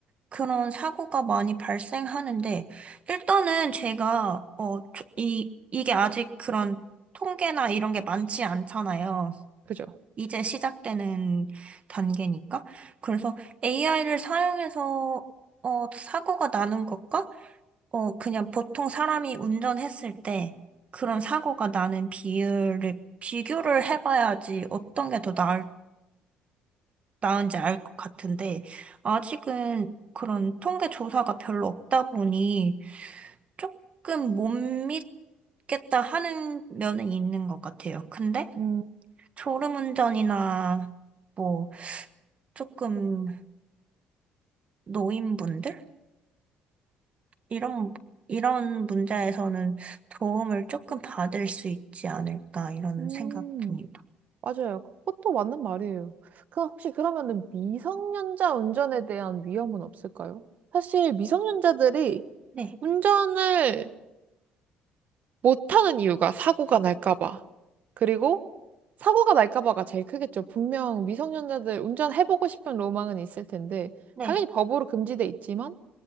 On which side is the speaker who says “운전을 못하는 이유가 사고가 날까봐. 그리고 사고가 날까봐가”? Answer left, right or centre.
Right